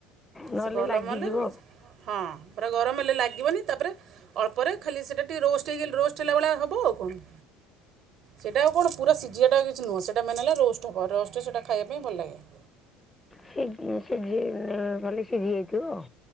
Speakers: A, on the left; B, on the right.
A: ନହେଲେ
B: ସେ ଗଲମ
A: ଲାଗିଯିବ
B: ହେଲେ ହଁ ପୁରା ଗରମ ହେଲେ ଲାଗିବନି ତାପରେ ଅଳ୍ପରେ ଖାଲି ସେଟା ଟିକେ ରୋଷ୍ଟ ହେଇଗଲି ରୋଷ୍ଟ ହେଲାବେଳିଆ ହେବ ଆଉ କଣ। ସେଇଟା ଆଉ କଣ ପୁରାସିଝିବାଟା କିଛି ନୁହଁ। ସେଟା ମେନ ହେଲା ରୋଷ୍ଟ ହେବ। ରୋଷ୍ଟରେ ସେଟା ଖାଇବା ପାଇଁ ଭଲ ଲାଗେ। <inaudible>
A: ସିଝି ସିଝି ଭଲେଇକି ସିଝି ଯାଇଥିବ ଆଉ।